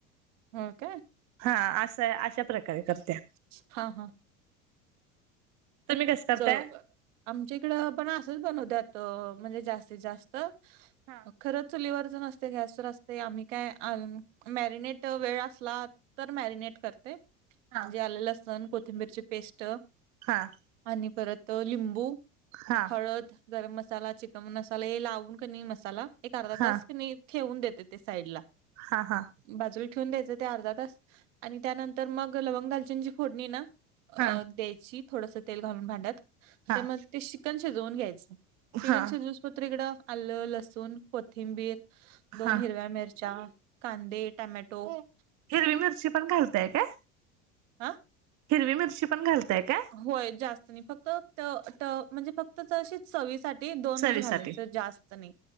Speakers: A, on the right; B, on the right.
A: हम का?
B: हां. असय. अशा प्रकारे करत्या.
A: हां. हां.
B: तुम्ही कसं करताय?
A: च आमच्या इकडं पण असंच बनवत्यात म्हणजे जास्तीत जास्त.
B: हा
A: म खरंच चुलीवरच नसतय. गॅसवरच असतय. आम्ही काय आ- मॅरिनेट वेळ असला तर मॅरीनेट करते. म्हणजे
B: हा
A: आले, लसण, कोथिंबीरची- पेस्ट.
B: हां.
A: आणि परत लिंबू,
B: हा
A: हळद. गरम मसाला, चिकन मसाला हे लावून कनी मसाला एक अर्धा
B: हा
A: तास कनी - ठेवून देते ते साईड ला.
B: हां. हां.
A: बाजूला ठेवून द्यायचं ते अर्धा तास. आणि त्यानंतर मग लवंग, दालचन ची फोडणी ना-
B: हा
A: अ द्यायची. थोडस- तेल घालून भांड्यात.
B: हा
A: ते
B: हा
A: म ते चिकन शिजवून घ्यायचं. चिकन
B: हा
A: शिजवून- दुसरीकडं आलं, लसूण, कोथिंबीर, दोन
B: हा
A: हिरव्या मिरच्या- कांदे, टोमॅटो-
B: हिरवी मिरची पण घालताय काय?
A: आं?
B: हिरवी मिरची पण घालताय काय?
A: होय. जास्त नाही. फक्त त त फक्त म्हणजे चवी साठी. ते दोनच
B: चवीसाठी
A: घालायच जास्त नाही.